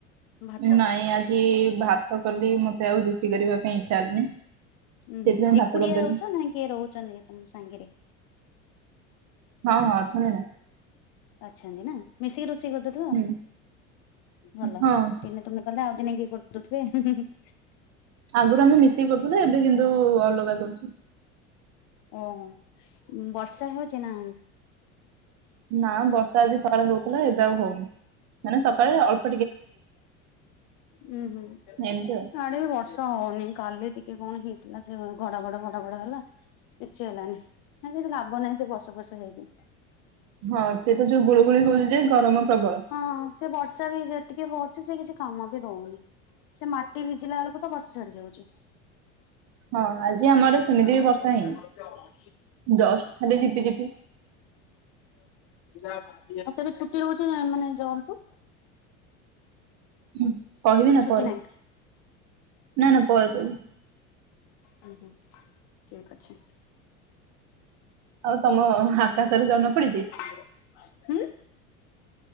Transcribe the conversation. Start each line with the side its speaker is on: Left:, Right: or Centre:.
Left: ଭାତ
Right: ନାଇଁ ଆଜି ଭାତ କଲି ମତେ ଆଉ ରୁଟି କରିବା ପାଇଁ ଇଚ୍ଛା ହେଲାନି।
Left: ଉୁଁ
Right: ସେଥିପାଇଁ
Left: ହୁଁ, ଏକୁଟିଆ
Right: ଭାତ କରିଦେଲି।
Left: ରହୁଛ ନା କିଏ ରହୁଛନ୍ତି ତମ ସାଙ୍ଗରେ?
Right: ହଁ ହଁ ଅଛନ୍ତି ନା।
Left: ଅଛନ୍ତି ନା ‌। ମିଶିକି ରୋଷେଇ କରଦଉଥିବ।
Right: ହୁଁ
Left: ଭଲ
Right: ହଁ।
Left: ଦିନେ ତମେ କଲେ ଆଉ ଦିନେ କିଏ କରଦଉଥିବେ। ହୁଁ ହୁଁ ହୁଁ।
Right: ଆଗରୁ ଆମେ ମିଶିକି କରୁଥିଲୁ। ଏବେ କିନ୍ତୁ ଅଲଗା କରୁଛୁ।
Left: ଓହୋ, ବର୍ଷା ହେଉଛି ନା?
Right: ନା ବର୍ଷା ଆଜି ସକାଳେ ହଉଥିଲା। ଏବେ ଆଉ ହଉନି ମାନେ ସକାଳେ ଅଳ୍ପ୍
Left: ହୁଁ ଉଁ ହୁଁ।
Right: ଏମିତି ଆଉ।
Left: ଆ ଏବେ ବର୍ଷ ହଉନି। କାଲି ଟିକେ କଣ ହେଇଥିଲା ସେ ଘଡ ଘଡ ଘଡ ଘଡ ହେଲା। କିଛି ହେଲାନି। ନାଇଁ ସେ ଯୋଉ ଲାଭ ନାହିଁ ସେ ବର୍ଷ ବର୍ଷ ହେଇକି।
Right: ହଁ, ସେ ତ ଯୋଉ ଗୁଳୁଗୁଳୁ ହଉଛି ଯେ ଗରମ ପ୍ରବଳ।
Left: ହଁ ସେ ବର୍ଷା ବି ହେଇଯାଏ ଟିକେ ବସିଛି କିଛି କାମ ବି ଦଉନି। ସେ ମାଟି ଭିଜିଲା ବେଳକୁ ତ ବର୍ଷା ଛାଡି ଯାଉଛି।
Right: ହଁ ଆଜି
Left: ହୁଁ
Right: ଆମର
Left: ହୁଁ।
Right: ସେମିତି
Left: ହୁଁ
Right: ବି ବର୍ଷା ହେଇନି
Left: ହୁଁ,
Right: ଜଷ୍ଟ ଖାଲି ଝିପି ଝିପି
Left: ଆଉ କେବେ ଛୁଟି ରହୁଛି ମାନ୍ ମାନେ ଜବ୍ କୁ?
Right: ହୁଁ, କହିବି
Left: ନାଇଁ
Right: ନା
Left: ଛୁଟି
Right: ପରେ
Left: ନାହିଁ
Right: ନା ନା ପରେ କହିବି।
Left: ହୁଁ ହୁଁ ଠିକ୍ ଅଛି।
Right: ଆଉ ତମ
Left: ନାଇଁ।
Right: ଆକାଶର ଜହ୍ନ ପଡିଛି
Left: ହୁଁ,